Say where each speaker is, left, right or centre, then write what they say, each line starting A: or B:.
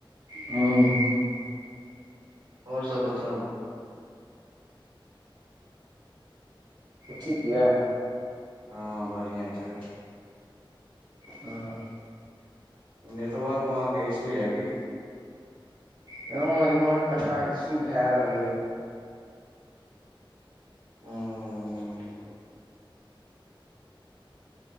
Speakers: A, on the right; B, on the right.
A: हूँ।
B: और सब बतौउ।
A: ठीक येए?
B: हँ बढ़ियां छै।
A: हँ।
B: नेटवर्क मे आहाँके इश्यू या की?
A: नै इम्हर कनिटा इशू भेए रहल येए। आ
B: हूँ
A: छै